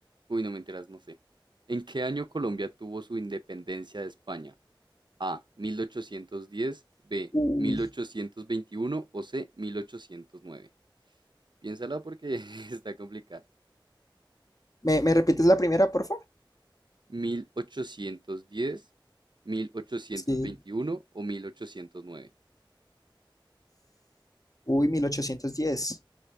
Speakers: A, on the right; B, on the left.
A: uy, no me enteras, no sé. ¿En qué año Colombia tuvo su independencia de España? A. mil ochocientos diez B.
B: Uy.
A: mil ochocientos veintiuno o C. mil ochocientos nueve Piénsala porque <laughs> está complicada.
B: ¿Me, me repites la primera, por favor?
A: 1810, mil ochocientos
B: Sí.
A: veintiuno o mil ochocientos nueve
B: Uy, 1810.